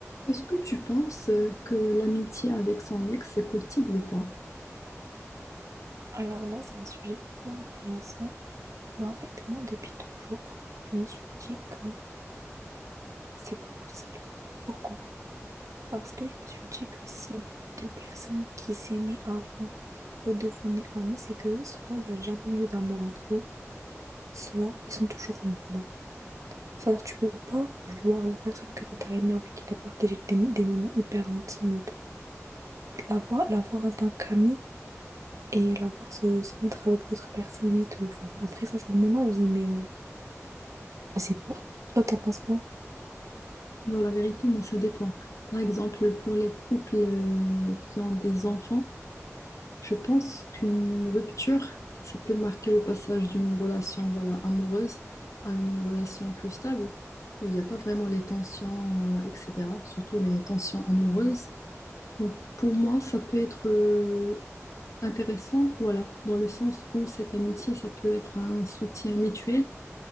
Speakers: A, on the left; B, on the right.
A: Est-ce que tu penses euh, que l'amitié avec son ex, c'est possible ou pas?
B: Alors là, c'est un sujet hyper intéressant. Bah, en fait, moi, depuis toujours, je me suis dit que c'est pas possible. Pourquoi? Parce que je me suis dit que si deux personnes qui s'aimaient avant redevenaient amies, c'est que soit il n'y a jamais eu d'amour entre eux, soit ils sont toujours amoureux. C'est-à-dire, tu peux pas voir la personne que tu as aimée, avec qui tu as partagé des, des moments hyper intimes et tout. La voir, la voir en tant qu'amie et la voir se, se mettre avec d'autres personnes et tout. Enfin, après, ça, c'est mon avis, mais. euh, C'est pour. Toi, t'en penses quoi?
A: Alors la vérité, moi, ça dépend. Par exemple, pour les couples euh, qui ont des enfants, je pense qu'une rupture, ça peut marquer le passage d'une relation voilà, amoureuse à une relation plus stable, où il n'y a pas vraiment les tensions, euh, etc., surtout les tensions amoureuses. Donc, pour moi, ça peut être euh, intéressant, voilà, dans le sens où cette amitié, ça peut être un soutien mutuel